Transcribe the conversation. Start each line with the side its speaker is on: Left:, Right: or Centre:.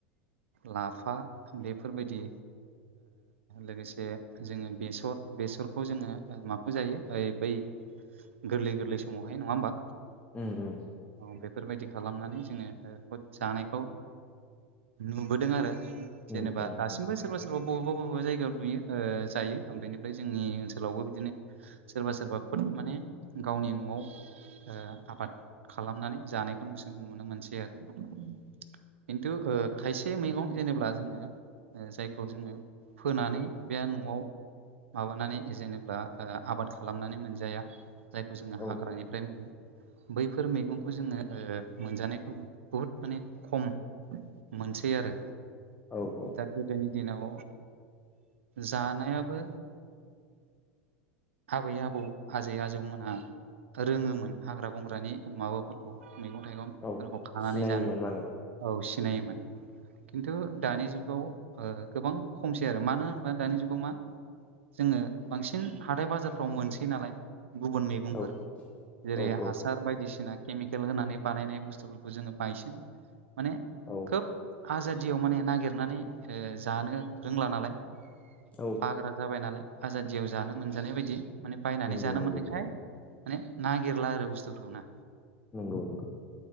Right: लाफा बेफोरबायदि लोगोसे जोङो बेसर बेसरखौ जोङो माखौ जायो बै गोरलै गोरलै समावहाय नङा होमबा
Left: <unintelligible>
Right: औ बेफोरबायदि खालामनानै जोङो जानायखौ नुबोदों आरो जेनेबा
Left: उम उम
Right: दासिमबो
Left: उम
Right: सोरबा सोरबा सोरबा बबेबा बबेबा जायगायाव नुयो जायो ओ बेनिफ्राय जोंनि ओनसोलावबो बिदिनो सोरबा सोरबा खुद माने गावनि न'आव आबाद खालामनानै जानायखौ नुनो मोनसै आरो खिन्थु खायसे मैगं जेनेब्ला जोङो जायखौ जोङो फोनानै बे न'आव माबानानै जेनेब्ला आबाद खालामनानै मोनजाया जायखौ जोङो
Left: औ
Right: हाग्रानिफ्राय मोनो बैफोर मैगंखौ जोङो मोनजानायखौ बुहुद माने खम मोनसै आरो
Left: औ औ
Right: दा गोदोनि दिनाव जानायाबो आबै आबौ आजै आजौमोनहा रोङोमोन हाग्रा बंग्रानि माबाफोरखौ मैगं थाइगंफोरखौ
Left: औ
Right: खानानै
Left: सिनायोमोन
Right: जानो
Left: माने
Right: औ सिनायोमोन खिन्थु दानि जुगाव गोबां खमसै आरो मानो होनोबा दानि जुगाव मा जोङो बांसिन हाथाय बाजारफ्राव मोनसै नालाय गुबुन मेगं सुबुंफोर
Left: औ
Right: जेरै
Left: औ औ
Right: हासार बायदिसिना केमिकेल होनानै बानायनाय बुस्थुफोरखौ जोङो बायसिन माने
Left: औ
Right: खोब आजादियाव माने नागिरनानै जानो रोंला नालाय
Left: औ
Right: बाग्रा जाबाय नालाय आजादियाव जानो मोनजानाय बायदि माने बायनानै
Left: नंगौ
Right: जानो
Left: नंगौ
Right: मोननायखाय
Left: नंगौ
Right: माने नागिरला आरो बुस्थुफोरखौ ना
Left: नंगौ नंगौ